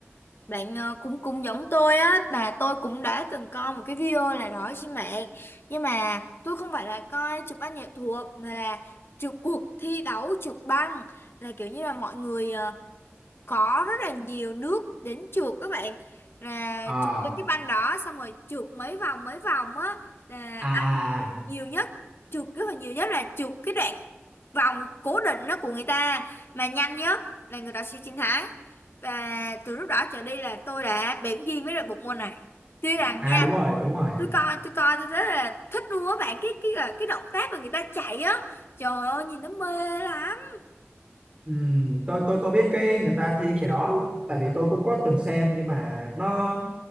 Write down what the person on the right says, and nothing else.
à
à
à
à
à, đúng rồi đúng rồi
Ừm, tôi tôi có biết cái người ta thi cái đó tại vì tôi cũng có từng xem nhưng mà nó